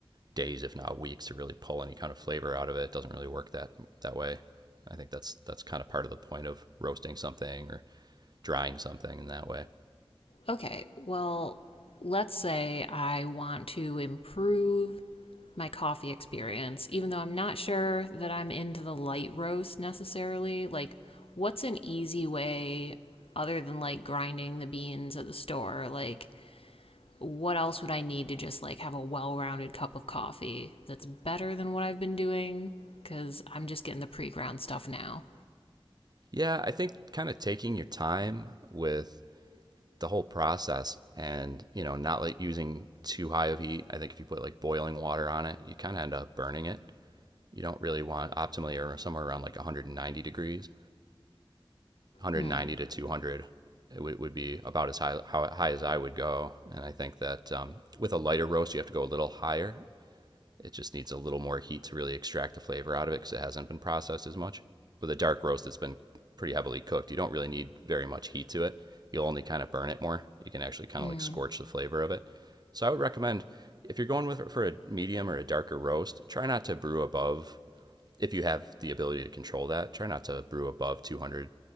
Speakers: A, on the right; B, on the left.
A: days, if not weeks, to really pull any kind of flavor out of it. It doesn't really work that that way. I think that's that's kind of part of the point of roasting something or drying something in that way.
B: Okay, well, let's say I want to improve my coffee experience, even though I'm not sure that I'm into the light roast necessarily. Like, what's an easy way other than like grinding the beans at the store? Like, what else would I need to just like have a well rounded cup of coffee that's better than what I've been doing? Because I'm just getting the pre ground stuff now.
A: Yeah, I think kind of taking your time with the whole process and, you know, not like using too high of heat. I think if you put like boiling water on it, you kind of end up burning it. You don't really want optimally or somewhere around like 190 degrees 190
B: Hmm.
A: to 200 it would would be about as high how high as I would go. And I think that um, with a lighter roast, you have to go a little higher. It just needs a little more heat to really extract the flavor out of it because it hasn't been processed as much. With a dark roast that's been pretty heavily cooked, you don't really need very much heat to it. You'll only kind of burn it more. You can actually kind
B: Mm.
A: of like scorch the flavor of it. So I would recommend if you're going with for a medium or a darker roast, try not to brew above if you have the ability to control that, try not to brew above 200